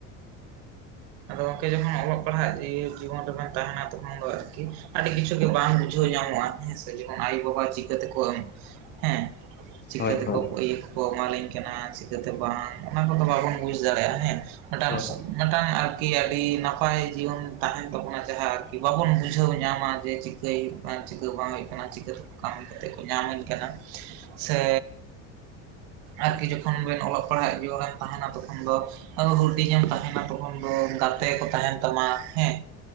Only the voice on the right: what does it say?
ᱟᱫᱚ ᱜᱚᱢᱠᱮ ᱡᱟᱦᱟ ᱚᱞᱚᱜ ᱯᱟᱲᱦᱟᱜ ᱡᱤᱵᱚᱱ ᱨᱮᱵᱮᱱ ᱛᱟᱦᱮᱱᱟ ᱛᱚᱠᱷᱚᱱ ᱫᱚ ᱟᱨᱠᱤ ᱟᱹᱰᱤ ᱠᱤᱪᱷᱩ ᱜᱮ ᱵᱟᱝ ᱵᱩᱡᱷᱟᱹᱣ ᱧᱟᱢᱚᱜᱼᱟ᱾ ᱦᱮᱸ ᱥᱮ ᱡᱮᱢᱚᱱ ᱟᱭᱳ ᱵᱟᱵᱟ ᱪᱤᱠᱟᱹ ᱛᱮᱠᱚ ᱮᱢ ᱦᱮᱸ ᱪᱤᱠᱟᱹ
ᱛᱮᱠᱚ
ᱤᱭᱟᱹ ᱠᱚᱠᱚ ᱮᱢᱟᱞᱤᱧ ᱠᱟᱱᱟ ᱪᱤᱠᱟᱹᱛᱮ ᱵᱟᱝ ᱚᱱᱟ ᱠᱚᱫᱚ ᱵᱟᱵᱚᱱ ᱵᱩᱡᱽ ᱫᱟᱲᱮᱭᱟᱜᱼᱟ ᱦᱮᱸ᱾ ᱢᱤᱫᱴᱟᱝ
<unintelligible> ᱢᱤᱫᱴᱟᱝ ᱟᱨ ᱠᱤ ᱟᱹᱰᱤ ᱱᱟᱯᱟᱭ ᱡᱤᱭᱚᱱ ᱛᱟᱦᱮᱱ ᱛᱟᱵᱚᱱᱟ ᱡᱟᱦᱟᱸ ᱟᱨᱠᱤ ᱵᱟᱵᱚᱱ ᱵᱩᱡᱷᱟᱹᱣ ᱧᱟᱢᱟ ᱡᱮ ᱪᱤᱠᱟᱹᱭ ᱵᱟᱝ ᱪᱤᱠᱟᱹ ᱵᱟᱝ ᱦᱩᱭᱩᱜ ᱠᱟᱱᱟ ᱪᱤᱠᱟᱹ ᱛᱮᱠᱚ ᱠᱟᱹᱢᱤ ᱠᱟᱛᱮᱫ ᱠᱚ ᱧᱟᱢᱤᱧ ᱠᱟᱱᱟ ᱥᱮ ᱟᱨᱠᱤ ᱡᱚᱠᱷᱚᱱ ᱵᱮᱱ ᱚᱞᱚᱜ ᱯᱟᱲᱦᱟᱜ ᱡᱤᱭᱚᱱ ᱨᱮᱢ ᱛᱟᱦᱮᱱᱟ ᱛᱚᱠᱷᱚᱱ ᱫᱚ ᱟᱫᱚ ᱦᱩᱰᱤᱧ ᱮᱢ ᱛᱟᱦᱮᱱᱟ ᱛᱚᱠᱷᱚᱱ ᱦᱩᱸ ᱜᱟᱛᱮ ᱠᱚ ᱛᱟᱦᱮᱱ ᱛᱟᱢᱟ ᱦᱮᱸ